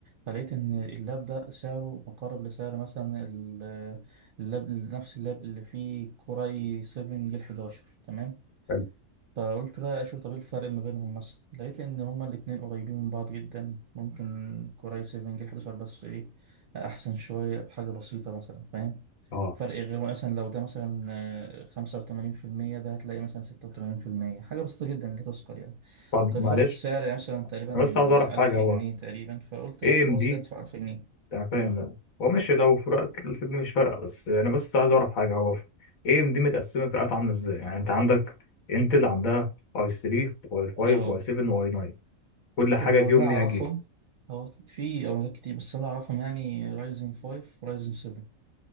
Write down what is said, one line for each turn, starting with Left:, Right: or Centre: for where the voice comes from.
Right: فلقيت إن اللاب ده سعره مقارب لسعر مثلا ال- اللاب نفس اللاب اللي فيه كوراي 7 جيل 11 تمام
Left: حلو.
Right: فقلت بقى اشوف طب ايه الفرق ما بينهم مثلا لقيت ان هما الاتنين قريبين من بعض جدا ممكن كوراي 7 جيل 11 بس ايه احسن شوية بحاجة بسيطة مثلا فاهم
Left: اه
Right: فرق غير مثلا لو ده مثلا آه، خمسة وتمانين في المية ده هتلاقي مثلا ستة وتمانين في المية حاجة بسيطة جدا لا تذكر يعني
Left: طب
Right: كان
Left: معلش
Right: فرق السعر يعني مثلا تقريبا
Left: انا بس عايز
Right: آه،
Left: اعرف حاجه
Right: ألف
Left: هو
Right: جنيه تقريبا فقلت
Left: اي
Right: لأ خلاص
Left: ام دي
Right: لا أدفع ألف جنيه
Left: أنا فاهم
Right: مم.
Left: هو ماشي لو فروقات الفجن مش فارقة بس أنا بس عايز أعرف حاجة هو إيه ام دي متقسمة فئات عاملة إزاي يعني أنت عندك انتل عندها اي 3 واي 5
Right: اه
Left: واي 7 واي 9 كل حاجة
Right: هو
Left: فيهم
Right: اللي أنا
Left: ليها
Right: أعرفهم
Left: جيل
Right: هو في أولاد كتير بس أنا أعرفهم يعني رايزن فايف ورايزن سيفن